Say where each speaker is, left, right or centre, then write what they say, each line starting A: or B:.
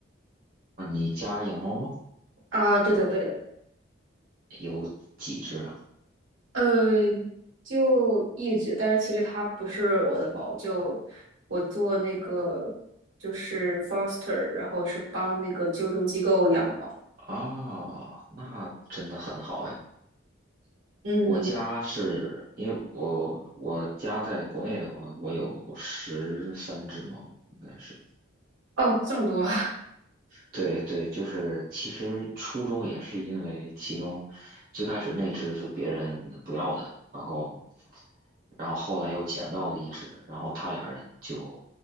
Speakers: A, on the right; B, on the right.
A: 啊，你家养猫吗？
B: 啊，对的对的，
A: 有几只啊？
B: 呃，就一直，但是其实它不是我的猫，就我做那个就是 foster，然后是帮那个救助机构养猫。
A: 啊，那真的很好哎。
B: 嗯，
A: 我家是因为我我家在国内的话，我有十三只猫，应该是。
B: 哦，这么多啊，
A: 对对，就是其实初衷也是因为其中最开始那只是别人不要的，然后然后后来又捡到了一只，然后他俩人就